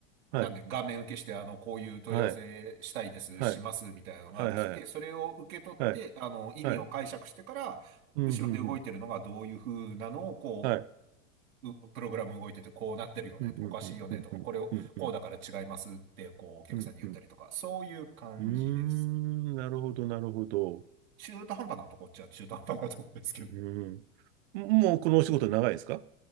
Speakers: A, on the right; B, on the right.
A: なんで、
B: い、
A: 画面受けして、あの、こういう問い合わせしたいです、
B: はい、はい、
A: します、みたいなのが来て、
B: はい、はい、
A: それを受け取って、
B: はい、はい。
A: あの、意味を解釈してから、
B: はいうん、
A: 後ろで動いてるのがどういう風なのを、
B: うん、うん。
A: こ
B: はい。
A: う、うプログラム動いてて、こうなってるよね、
B: うん、うん、
A: おかしいよね、
B: うん、うん、
A: とか、
B: うん、
A: これを、
B: うん、
A: こうだから違いますって、
B: うん、
A: こう、お客さんに言ったりとか、
B: うん。うん
A: そういう感じです。
B: うーん、なるほど、なるほど。
A: 中途半端なとこっちゃ中途半端なとこですけど
B: うん。もうこのお仕事長いですか